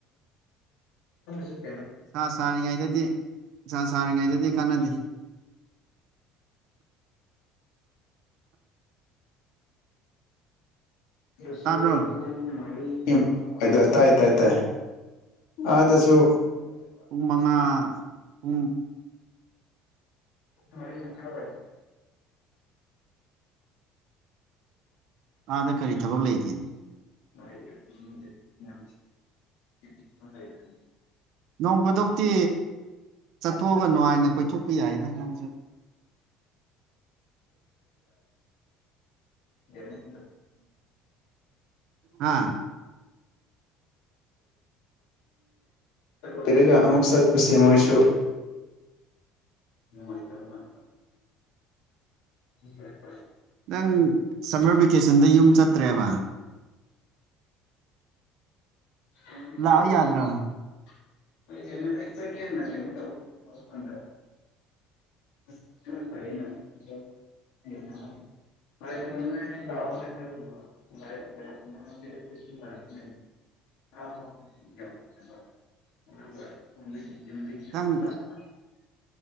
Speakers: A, on the left; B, on the right.
A: ꯑ
B: ꯁꯥ ꯁꯥꯔꯤꯉꯩꯗꯗꯤ ꯁꯥ ꯁꯥꯔꯤꯉꯩꯗꯗꯤ ꯀꯥꯟꯅꯗꯦ
A: ꯑꯁ
B: ꯇꯥꯕ꯭ꯔꯣ
A: ꯃ ꯍꯣꯏ ꯇꯥꯏ ꯇꯥꯏ ꯇꯥꯏ ꯑꯗꯁꯨ
B: ꯄꯨꯡ ꯃꯉꯥ ꯄꯨꯝ
A: ꯔ ꯃꯊꯥ ꯑꯣꯏ
B: ꯑꯥꯗ ꯀꯔꯤ ꯊꯕꯛ ꯂꯩꯒꯦꯅꯤ
A: ꯅꯨꯡ
B: ꯅꯣꯡ ꯈꯨꯗꯣꯛꯛꯇꯤ ꯆꯠꯊꯣꯛꯑꯒ ꯅꯨꯡꯉꯥꯏꯅ ꯀꯣꯏꯊꯣꯛꯄ ꯌꯥꯏꯗ ꯅꯪꯁ
A: ꯍ
B: ꯍꯥꯥ
A: ꯄꯤꯔꯒ ꯑꯃꯨꯛ ꯆꯠꯄꯁꯦ ꯃꯣꯏꯁꯨ
B: <unintelligible>
A: ꯍꯅꯨꯡꯥꯏꯇꯅꯨꯡ ꯎ
B: ꯅꯪ ꯁꯝꯃꯔ ꯚꯦꯀꯦꯁꯟꯗ ꯌꯨꯝ ꯆꯠꯇ꯭ꯔꯦꯕ
A: ꯀ
B: ꯂꯥꯛꯑꯣ ꯌꯥꯗ꯭ꯔꯣ
A: <unintelligible> ꯐꯔꯦꯅ ꯂꯗꯤ
B: <unintelligible>
A: ꯑ ꯍ ꯑꯗꯨꯒ
B: ꯈꯤꯇꯪ